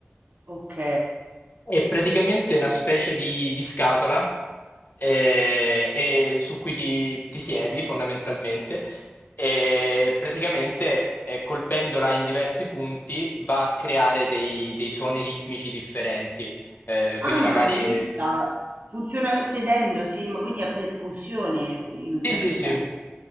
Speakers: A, on the right; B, on the left.
A: ok.
B: è praticamente una specie di, di scatola eh, e su cui ti, ti siedi fondamentalmente e praticamente eh, colpendola in diversi punti va a creare dei, dei suoni ritmici differenti. Eh,
A: Ah,
B: quindi
A: non
B: magari
A: l'ho mai vista. Funziona sedendo, sì, ma quindi a percussione in un
B: Sì,
A: certo
B: sì, sì.
A: senso.